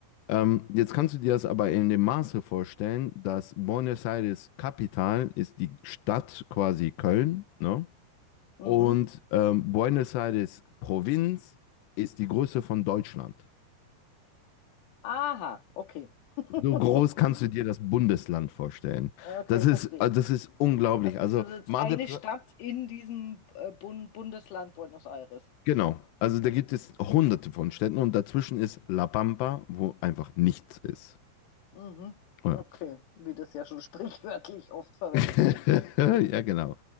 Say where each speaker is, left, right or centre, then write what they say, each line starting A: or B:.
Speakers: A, on the left; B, on the left.
A: Ähm, jetzt kannst du dir das aber in dem Maße vorstellen, dass Buenos Aires Kapital ist die Stadt quasi Köln, ne?
B: Mhm.
A: Und ähm, Buenos Aires Provinz ist die Größe von Deutschland.
B: Aha, okay. <laughs>
A: So groß kannst du dir das Bundesland vorstellen.
B: Okay,
A: Das
B: verstehe.
A: ist, äh, das ist unglaublich.
B: Also das
A: Also
B: ist jetzt
A: Mar
B: eine
A: del Pla-
B: Stadt in diesem äh, Bund Bundesland Buenos Aires.
A: genau. Also da gibt es hunderte
B: Mhm.
A: von Städten und dazwischen ist La Pampa, wo einfach nichts ist.
B: Mhm.
A: Oh
B: Okay,
A: ja.
B: wie das ja schon <laughs> sprichwörtlich oft verwendet
A: <laughs>
B: wird.
A: Ja, genau.